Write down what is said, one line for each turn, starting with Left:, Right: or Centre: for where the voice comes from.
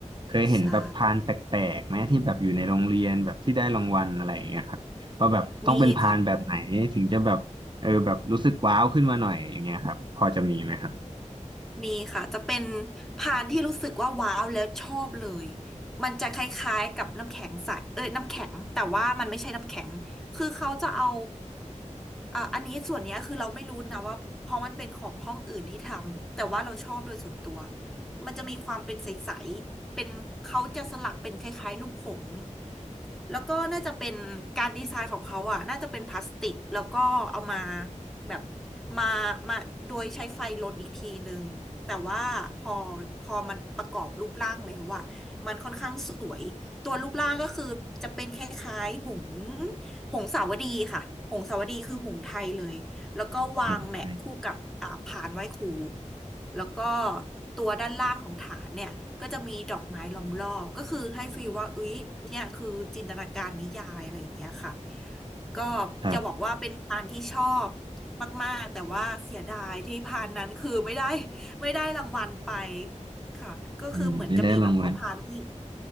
Right: เคยเห็นแบบพานแปลกๆไหมที่แบบอยู่ในโรงเรียนแบบที่ได้รางวัลอะไรอย่างเงี้ยครับว่าแบบต้องเป็นพานแบบไหนถึงจะแบบเออแบบรู้สึกว้าวขึ้นมาหน่อยอย่างเงี้ยครับพอจะมีไหมครับ
Centre: ใช่มีค่ะ มีค่ะจะเป็นพานที่รู้สึกว่าว้าวแล้วชอบเลย มันจะคล้ายๆกับน้ำแข็งใสเอ้ยน้ำแข็งแต่ว่ามันไม่ใช่น้ำแข็งคือเขาจะเอาอ่ะอันนี้ส่วนเนี้ยคือเราไม่รู้นะว่าเพราะมันเป็นของห้องอื่นที่ทำแต่ว่าเราชอบโดยส่วนตัวมันจะมีความเป็นใสๆเป็นเขาจะสลักเป็นคล้ายๆรูปผงส์แล้วก็น่าจะเป็นการดีไซน์ของเขาอ่ะน่าจะเป็นพลาสติกแล้วก็เอามา แบบมามาโดยใช้ไฟลนอีกทีหนึ่งแต่ว่าพอพอมันประกอบรูปร่างแล้วอะมันค่อนข้างสวยตัวรูปร่างก็คือจะเป็นคล้ายๆหงส์หงสาวดีค่ะหงสาวดีคือหงส์ไทยเลยแล้วก็วางแหมะคู่กับอ่าผานไหว้ครู
Right: อืม
Centre: แล้วก็ตัวด้านล่างของฐานเนี่ยก็จะมีดอกไม้ล้อมรอบก็คือให้ฟีลว่าเอ้ยเนี่ยคือจินตนาการนิยายอะไรอย่างเงี้ยค่ะ ก็
Right: ครับ
Centre: จะบอกว่าเป็นพานที่ชอบมากๆแต่ว่าเสียดายที่พานนั้นคือไม่ได้ <laughs> ไม่ได้รางวัลไปค่ะก็คือเหมือนจะมีแบบว่าพานที่
Right: อืมไม่ได้รางวัล